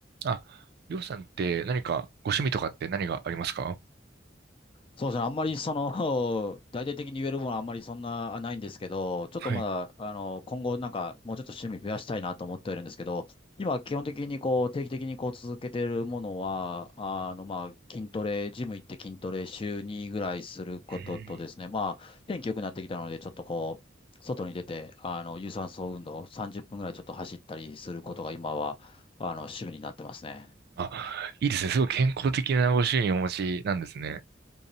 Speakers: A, on the right; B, on the left.
A: あ、りょうさんって何かご趣味とかって何がありますか
B: そうですね。あんまりその、<laughs> 大々的に言えるものはあんまりそんなないんですけど、ちょっとまだ、
A: はい。
B: あの、今後なんかもうちょっと趣味増やしたいなと思ってはいるんですけど、今基本的にこう、定期的にこう続けてるものは、あの、まあ、筋トレ、ジム行って筋トレ週2ぐらいすることとですね、
A: うーん。
B: まあ、天気良くなってきたので、ちょっとこう、外に出て、あの、有酸素運動30分ぐらいちょっと走ったりすることが今は、あの、趣味になってますね。
A: あ、いいですね。すごい健康的なご趣味をお持ちなんですね。